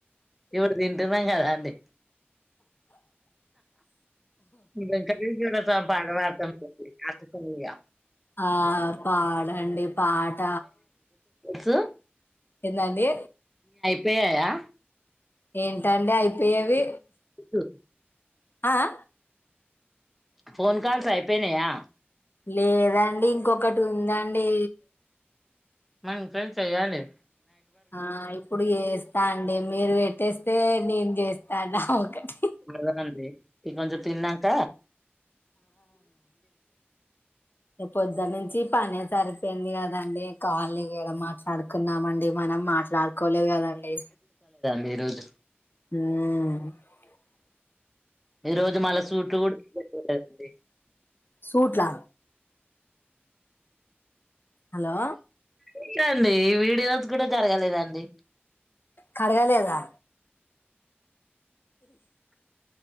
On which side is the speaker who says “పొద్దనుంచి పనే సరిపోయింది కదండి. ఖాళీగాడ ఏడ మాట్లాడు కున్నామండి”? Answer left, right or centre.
Left